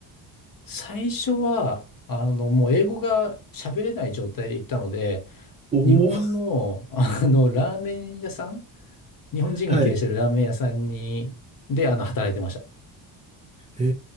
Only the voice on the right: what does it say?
おおー、
はい。
へ